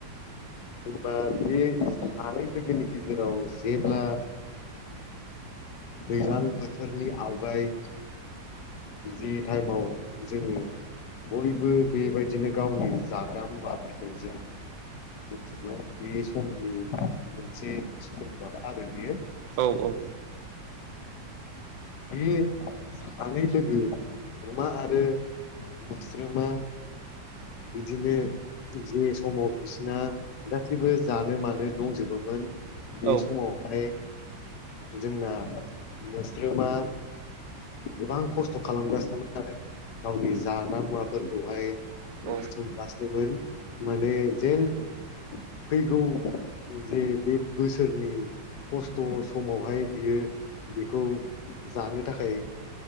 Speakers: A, on the left; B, on the right.
A: होनबा बे सानै लोगोनि गेजेराव जेब्ला दैज्लां बोथोरनि आवगाय जि टाइमाव जोङो बयबो बेबायदि बिबदिनो गावनि जाग्रा मुवाफोखौ जोङो <unintelligible> बे समनि मोनसे समबाद आरो बियो।
B: औ औ औ
A: बे सानै लोगो अमा आरो मोस्रोमा बिदिनो जे समाव बिसिना जेबो जानो मानो दंजोबोमोन बे
B: औ
A: समावहाय जोंना मोस्रोमा गोबां खस्थ' खालामगासिनोमोन आरो गावनि जाग्रा मुवाफोरखौहाय
B: औ
A: बुथुमगासिनोमोन। माने जेन फैगौ जे बे बोसोरनि खस्थ' समावहाय बियो बेखौ जानो थाखाय